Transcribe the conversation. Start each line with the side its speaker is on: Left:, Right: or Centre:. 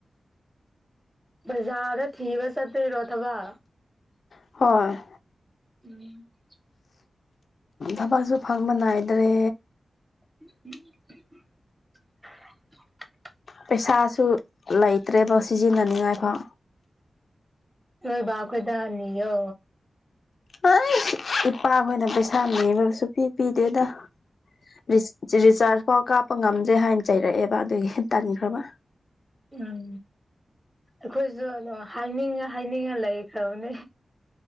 Centre: ꯕꯖꯥꯔꯗ ꯊꯤꯕ ꯆꯠꯇ꯭ꯣꯏꯔꯣ ꯊꯕꯛ꯫
Left: ꯍꯣꯏ꯫
Centre: <inaudible>
Left: ꯊꯕꯛꯁꯨ ꯐꯪꯕ ꯅꯥꯏꯗ꯭ꯔꯦ꯫
Centre: <unintelligible>
Left: ꯄꯩꯁꯥꯁꯨ ꯂꯩꯇ꯭ꯔꯦꯕ ꯁꯤꯖꯤꯟꯅꯅꯤꯡꯉꯥꯏꯐꯥꯎ꯫
Centre: ꯅꯣꯏ ꯕꯥ ꯈꯣꯏꯗ ꯅꯤꯌꯣ꯫
Left: <unintelligible> ꯏꯄꯥꯈꯣꯏꯅ ꯄꯩꯁꯥ ꯅꯤꯕ ꯁꯨ ꯄꯤ ꯄꯤꯗꯦꯗ ꯔꯤ ꯔꯤꯆꯥꯔꯖ ꯐꯧ ꯀꯥꯞꯄ ꯉꯝꯖꯦ ꯍꯥꯏꯅ ꯆꯩꯔꯛꯑꯦꯕ ꯑꯗꯨꯒꯤ ꯇꯟꯈ꯭ꯔꯕ꯫
Centre: ꯎꯝ ꯑꯩꯈꯣꯏꯁꯨ ꯑꯗꯨ ꯍꯥꯏꯅꯤꯡꯉ ꯍꯥꯏꯅꯤꯡꯉ ꯂꯩꯈ꯭ꯔꯕꯅꯦ꯫